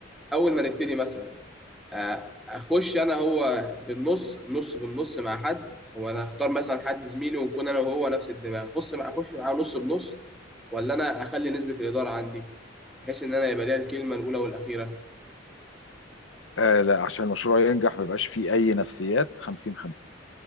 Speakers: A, in the centre; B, on the left.
A: اول ما نبتدي مثلا آه، اخش انا هو بالنص نص بالنص مع حد هو انا اختار مثلا حد زميلي ونكون انا وهو نفس الدماغ اخش مع اخش معاه نص بنص ولا انا اخلي نسبة الادارة عندي بحيث ان انا يبقى ليا الكلمة الاولى والاخيرة
B: آه لا عشان المشروع ينجح ما يبقاش فيه اي نفسيات 50 50